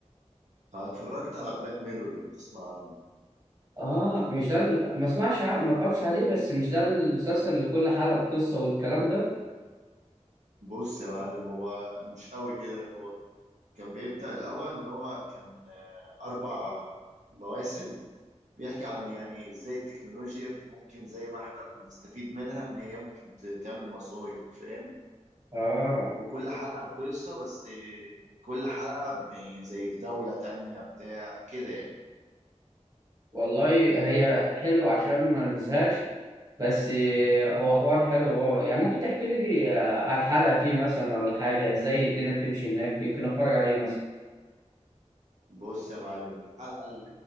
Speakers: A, on the right; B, on the right.
A: أنا اتفرجت على بلاك ميرور لو تسمع عنه
B: اه مش ده ال- ما اسمعش ع- ما اتفرجش عليه بس مش ده المسلسل اللي كل حلقة بقصة والكلام ده
A: بص يا معلم هو مش قوي كده هو كان بيبدأ الاول ان هو كان آه، اربع مواسم بيحكي عن يعني ازاي التكنولوجيا ممكن زي ما احنا بنستفيد منها ان هي ممكن ت- تعمل مصايب فاهم
B: اه
A: وكل حلقه بقصه بس آه، كل حلقه ب- زي في دوله تانية بتاع كده يعني
B: والله هي حلو عشان ما نزهقش بس هو حوار حلو اه يعني ممكن تحكي لي عن حلقة فيه مثلا ولا حاجة ازاي الدنيا بتمشي هناك يمكن اتفرج عليه مثلا
A: بص يا معلم الحلقة اللي